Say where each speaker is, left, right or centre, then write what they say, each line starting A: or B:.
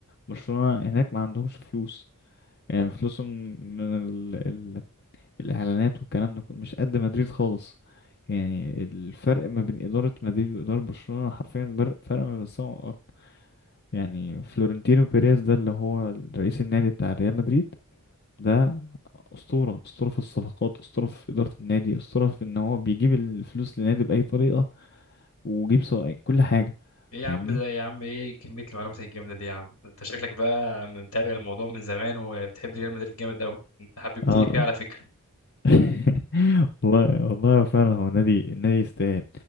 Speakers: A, on the left; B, on the left.
A: برشلونه هناك ما عندهمش فلوس يعني فلوسهم من ال... الاعلانات والكلام ده كله مش قد مدريد خالص يعني الفرق ما بين اداره مدريد واداره برشلونه حرفيا بر- فرق ما بين السماء والارض يعني فلورنتينو بيريز ده اللي هو رئيس النادي بتاع ريال مدريد ده اسطوره اسطوره في الصفقات اسطوره في اداره النادي اسطوره في ان هو بيجيب الفلوس للنادي باي طريقه ويجيب سواء كل حاجه
B: ايه يا
A: فاهمني
B: عم ده يا عم ايه كمية المعلومات الجامدة دي يا عم انت شكلك بقى متابع الموضوع من زمان وبتحب ريال مدريد جامد قوي انت حببتني
A: اه
B: فيه على فكرة
A: <laughs> والله والله هو فعلا هو نادي النادي يستاهل